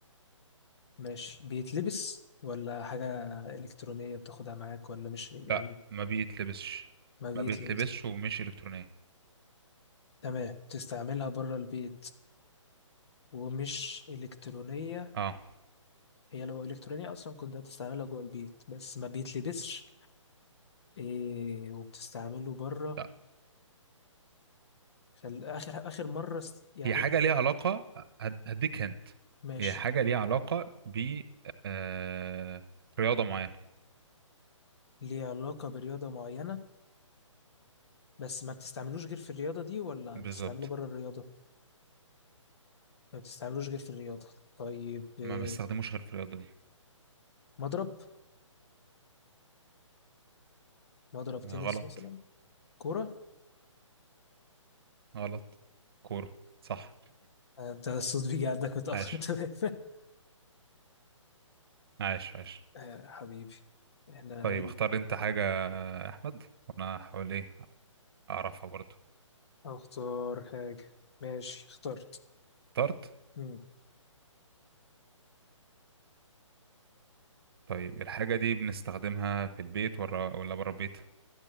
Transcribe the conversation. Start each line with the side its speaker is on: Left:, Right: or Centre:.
Left: ماشي بيتلبس ولا حاجة إلكترونية بتاخدها معاك ولا مش يعني
Right: لا ما بيتلبسش
Left: ما بيتلبس
Right: ما بيتلبسش ومش إلكترونية
Left: تمام تستعملها بره البيت ومش إلكترونية
Right: اه
Left: هي لو إلكترونية أصلا كنت هتستعملها جوه البيت بس ما بيتلبسش إيه وبتستعمله بره
Right: ده
Left: خل... آخر آخر مرة است... يعني
Right: هي حاجة
Left: أنت
Right: ليها
Left: قلت-
Right: علاقة هد- هديك هنت
Left: ماشي
Right: هي حاجة ليها علاقة ب آه... رياضة معينة
Left: ليه علاقة برياضة معينة بس ما بتستعملوش غير في الرياضة دي ولا
Right: بالظبط
Left: بتستعمله بره الرياضة ما بتستعملوش غير في الرياضة طيب إيه،
Right: ما بستخدموش غير في الرياضة دي
Left: مضرب مضرب تنس
Right: غلط
Left: مثلا كورة
Right: غلط كورة صح
Left: آه، بتاع الصوت بيجي عندك متأخر
Right: عاش
Left: <laughs> تمام
Right: عاش عاش
Left: آه، حبيبي احنا
Right: طيب
Left: ايه
Right: اختار انت حاجة يا أحمد وأنا هحاول ايه أعرفها برضه
Left: اختار حاجة ماشي اخترت
Right: اخترت
Left: مم.
Right: طيب الحاجة دي بنستخدمها في البيت ولا ولا بره البيت؟